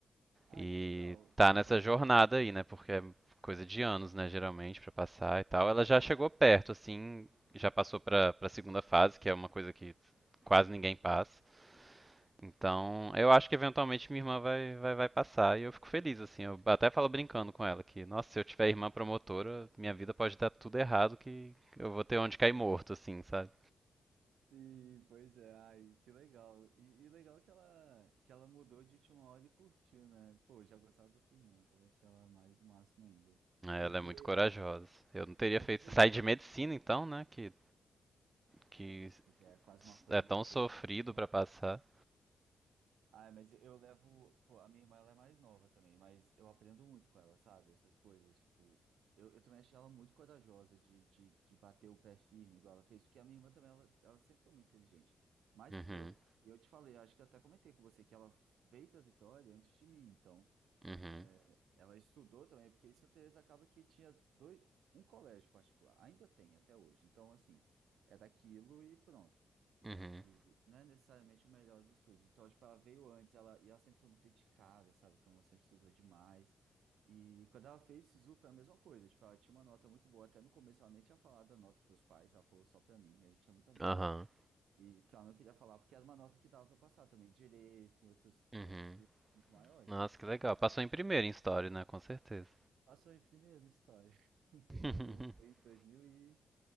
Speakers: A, on the right (about 85°); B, on the right (about 30°).
A: Ai,
B: E
A: que legal.
B: tá
A: Ela
B: nessa
A: se acha.
B: jornada aí, né? Porque é coisa de anos, né, geralmente, pra passar e tal. Ela já chegou perto, assim, já passou pra, pra segunda fase, que é uma coisa que quase ninguém passa. Então, eu acho que eventualmente minha irmã vai, vai, vai passar e eu fico feliz, assim. Eu até falo brincando com ela que, nossa, se eu tiver irmã promotora, minha vida pode dar tudo errado que eu vou ter onde cair morto, assim, sabe?
A: Sim, pois é, ai, que legal. E, e legal que ela, que ela mudou de última hora e curtiu, né? Pô, eu já gostava da sua irmã, agora achei ela mais o máximo ainda. Porque
B: Ela é muito corajosa. Eu não teria
A: a
B: feito
A: vida
B: sair
A: já,
B: de medicina, então, né? Que, que
A: que já é quase uma aposentadoria.
B: é tão sofrido
A: então
B: pra passar.
A: Ah, mas eu levo. Pô, a minha irmã ela é mais nova também, mas eu aprendo muito com ela, sabe? Essas coisas. Tipo, eu, eu também achei ela muito corajosa de, de, de bater o pé firme, igual ela fez, porque a minha irmã também, ela, ela sempre foi muito inteligente, mais
B: Uhum,
A: que eu. E eu te falei, acho que eu até comentei com você que ela veio para Vitória antes de mim, então
B: uhum,
A: é, ela estudou também, porque em Santa Teresa acaba que tinha dois, um colégio particular, ainda tem até hoje. Então, assim, é daquilo e pronto.
B: uhum,
A: E não é necessariamente o melhor dos estudos. Então, tipo, ela veio antes, ela, e ela sempre foi muito dedicada, sabe? Como ela sempre estudou demais. E quando ela fez SISU, foi a mesma coisa. Tipo, ela tinha uma nota muito boa. Até no começo, ela nem tinha falado a nota pros pais, ela falou só pra mim. A gente é muito amigo.
B: Aham.
A: E porque ela não queria falar, porque era uma nota que dava pra passar também, direito e outros,
B: uhum.
A: outros cursos muito maiores,
B: Nossa,
A: né?
B: que legal. Passou em primeiro em história, né? Com certeza.
A: Passou em primeiro em história <laughs> na
B: <laughs>
A: turma, foi em 2000 e...